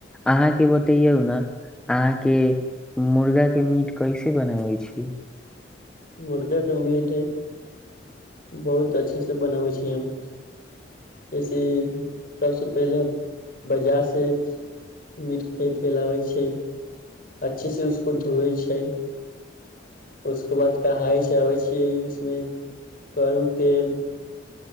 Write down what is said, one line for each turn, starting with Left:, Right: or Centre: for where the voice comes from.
Centre: अहाँकेँ बताउ ने, अहाँ मुर्गाक मीट केना बनबैत छी?
Left: बरका कम्पट बहुत नीक सँ बनबैत छी हम। ऐसे सबसे पहिले बजार सँ मीट कीनि कऽ अनैत छी। नीक सँ ओकरा धोइ छी, तकर बाद ओकरा मे तेल लगबैत छी।